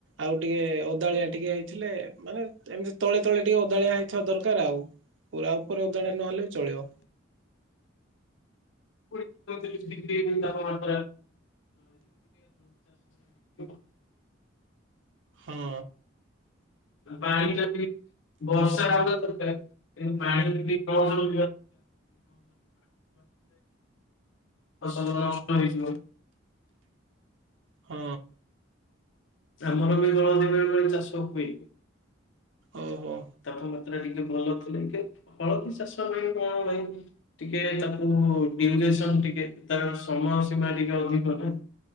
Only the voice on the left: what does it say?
ପୁଣି <inaudible> ଦେଇଦେବି ନା କଣ <unintelligible>
ବାର <unintelligible> ବର୍ଷା ରାଗ ପାଣି କ <unintelligible> ଫସଲ ନଷ୍ଟ ହେଇିବ <unintelligible>
ଆମର ବି ହଳଦୀ ବେଳେ ବେଳେ ଚାଷ ହୁଏ।
ତାପମାତ୍ରା ଟିକେ ଭଲ ଥିଲେ ହଳଦୀ ଚାଷ ପାଇଁ କଣ ଭାଇ ଟିକେ ତାକୁ ଟିକେ ତାର ସମୟ ସୀମା ଟିକେ ଅଧିକ ନା?